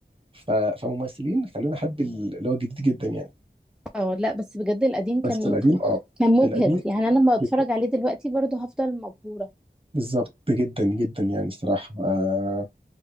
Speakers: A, on the right; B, in the centre.
A: ف... فممثلين خلوني احب ال- اللي هو الجديد جدا يعني
B: اه لا بس بجد القديم كان
A: بس القديم اه
B: كان مبهر
A: القديم
B: يعني انا لما اتفرج
A: جدا
B: عليه دلوقتي برضه هفضل مبهورة
A: بالظبط جدا جدا يعني الصراحه آه